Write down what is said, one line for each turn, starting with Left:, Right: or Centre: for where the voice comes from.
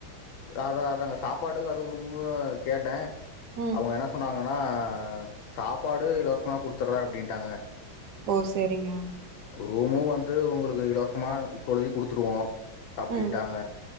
Left: அதா அதாங்க சாப்பாடு அதுக்கு ரூம்க்கு கேட்டே
Right: ம்
Left: அவங்க என்ன சொன்னாங்க னா சாப்பாடு இலவசமாக குடுத்தறே அப்டின்ட்டாங்க
Right: ஓ சேரிங்க
Left: ரூமு வந்து உங்களுக்கு இலவசமா இப்பொழுதிக்கு குடுத்துருவோ அப்டின்டாங்க
Right: ம்